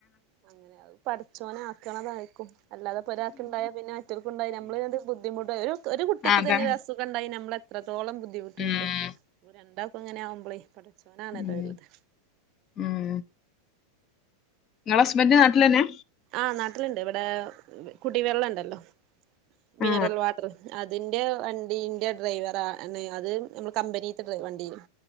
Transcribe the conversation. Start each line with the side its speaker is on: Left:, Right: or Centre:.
Right: അങ്ങനെ അത് പടച്ചോനാക്കണതായിരിക്കും അല്ലാതെ ഒരാൾക്കുണ്ടായാപ്പിന്നെ മറ്റൊർക്കുണ്ടായി നമ്മള് എന്തൊ ബുദ്ധിമുട്ട് ഒരു ഒരു കുട്ടിക്ക്
Left: അതാണ്.
Right: തന്നെ അസു ഖണ്ടായി നമ്മളെത്രത്തോളം ബുദ്ധിമുട്ടുണ്ട്
Left: ഉം.
Right: അപ്പൊ രണ്ടാക്കും ഇങ്ങനെ ആകുമ്പളെ ചൊണാണല്ലോ
Left: ഉം.
Right: വലുത്
Left: ഉം ഇങ്ങളസ്ബന്റ് നാട്ടിലെന്നെ?
Right: ആഹ് നാട്ടിലുണ്ട് ഇവിടെ കുടിവെള്ളണ്ടല്ലോ മിനറൽ
Left: ആ.
Right: വാട്ടർ അതിന്റെ വണ്ടീന്റെ ഡ്രൈവറാ ണ് അത് നമ്മുടെ കമ്പനിത്തെ വണ്ടി